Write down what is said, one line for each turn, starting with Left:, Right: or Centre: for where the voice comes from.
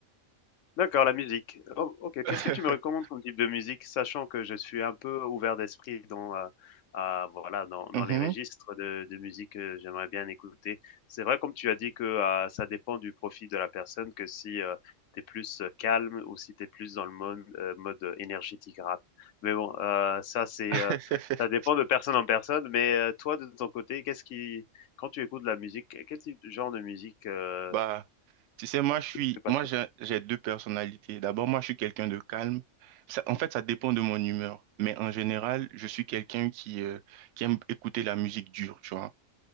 Left: d'accord, la musique. O OK,
Right: <laughs>
Left: qu'est-ce que tu me recommandes comme type de musique? Sachant que je suis un peu ouvert d'esprit dans, heu, à voilà, dans
Right: Mhm.
Left: dans les registres de de musique que j'aimerais bien écouter. C'est vrai, comme tu as dit que, heu, ça dépend du profil de la personne, que si, heu, tu es plus, heu, calme ou si tu es plus dans le mode, heu, mode, énergétique rap. Mais bon, heu, ça c'est,
Right: <laughs>
Left: heu, ça dépend de personne en personne. Mais, heu, toi, de ton côté, qu'est-ce qui quand tu écoutes de la musique, quel type genre de musique, heu,
Right: Bah, tu sais, moi, je suis,
Left: te passionne?
Right: moi, j'ai j'ai deux personnalités. D'abord, moi, je suis quelqu'un de calme. Ça, en fait, ça dépend de mon humeur. Mais en général, je suis quelqu'un qui, euh, qui aime écouter la musique dure, tu vois.